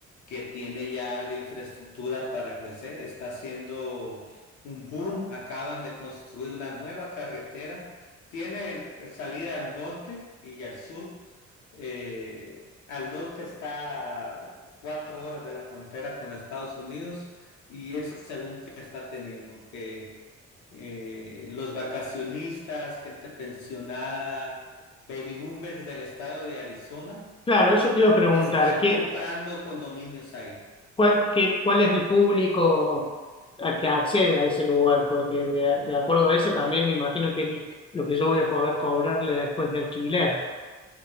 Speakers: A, on the left (about 75°); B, on the left (about 20°).
A: que tiene ya la infraestructura para crecer, está haciendo un boom, acaban de construir una nueva carretera, tiene entre- salida al norte y al sur. Eh, al norte está a cuatro horas de la frontera con Estados Unidos y ese es el boom que está teniendo, que eh, los vacacionistas, gente pensionada, baby boomers del estado de Arizona
B: Claro, eso te iba a preguntar,
A: están
B: ¿qué,
A: comprando condominios ahí.
B: ¿Cuál, qué- cuál es el público a que accede a ese lugar? Porque de, de acuerdo a eso también me imagino que es lo que yo voy a poder cobrarle después de alquiler.